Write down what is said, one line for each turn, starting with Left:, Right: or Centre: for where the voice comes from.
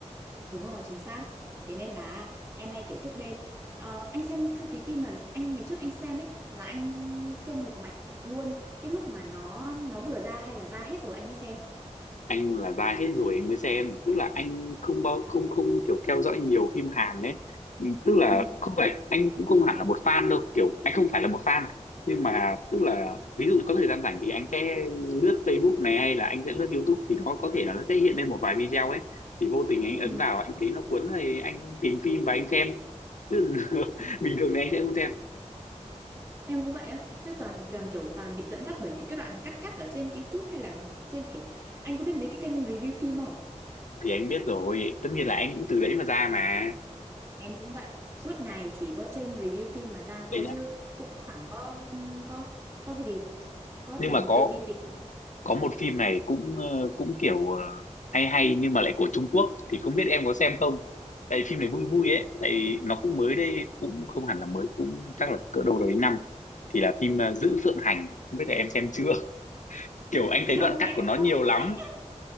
Right: Đúng rồi, chính xác. Thế nên là em hay kiểu thức đêm. Ờ, anh xem Thư ký Kim là anh ngày trước anh xem ấy là anh xem một mạch luôn cái lúc mà nó nó vừa ra hay là ra hết rồi anh mới xem.
Left: anh là dài hết rồi anh mới xem tức là anh không bao không không kiểu theo dõi nhiều phim Hàn đấy Ừ, tức là
Right: Ừ,
Left: không phải anh cũng không hẳn là một fan đâu kiểu anh không phải là một fan nhưng mà tức là ví dụ có thời gian rảnh thì anh sẽ lướt Facebook này hay là anh sẽ lướt YouTube thì nó có thể là nó sẽ hiện lên một vài video ấy thì vô tình anh ấn
Right: ừ.
Left: vào anh thấy nó cuốn thì anh tìm phim và anh xem chứ <laughs>
Right: ừ.
Left: bình thường thì anh sẽ không xem
Right: Em cũng vậy á, tức toàn toàn kiểu toàn bị dẫn dắt bởi những cái đoạn cắt cắt ở trên YouTube hay là trên kiểu anh có biết mấy cái kênh review phim không?
Left: thì anh biết rồi tất nhiên là anh cũng từ đấy mà ra mà
Right: Em cũng vậy, suốt ngày chỉ có trên review phim mà ra thôi
Left: Thế nhá
Right: chứ cũng chẳng có có có cái gì, có
Left: nhưng
Right: tìm
Left: mà có
Right: tự đi tìm.
Left: có một phim này cũng ờ, cũng kiểu ờ, hay hay nhưng mà lại của Trung Quốc thì không biết em có xem không tại vì phim này vui vui ấy tại vì nó cũng mới đây cũng không hẳn là mới cũng chắc là cỡ đâu đấy năm thì là phim ờ, Giữ Phượng Hành không biết là em xem chưa <laughs> kiểu anh thấy
Right: Chồng
Left: đoạn
Right: em
Left: cắt của nó
Right: đóng
Left: nhiều
Right: phim
Left: lắm
Right: đấy